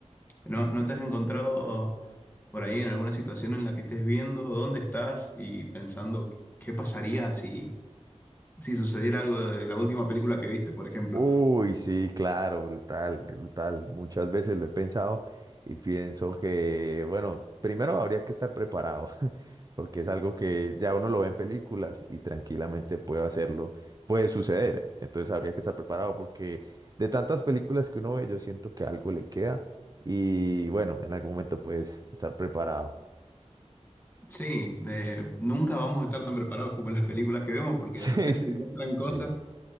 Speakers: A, on the left (about 15°); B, on the right (about 35°).
A: ¿No, no te has encontrado por ahí en alguna situación en la que estés viendo dónde estás y pensando qué pasaría si, si sucediera algo de la última película que viste, por ejemplo?
B: Uy, sí, claro, brutal, brutal. Muchas veces lo he pensado y pienso que, bueno, primero habría que estar preparado, <laughs> porque es algo que ya uno lo ve en películas y tranquilamente puede hacerlo, puede suceder. Entonces habría que estar preparado porque de tantas películas que uno ve, yo siento que algo le queda y bueno, en algún momento puedes estar preparado.
A: Sí, eh, nunca vamos a estar tan preparados como en las películas que vemos porque
B: <laughs> Sí,
A: de repente
B: sí,
A: encuentran cosas
B: sí.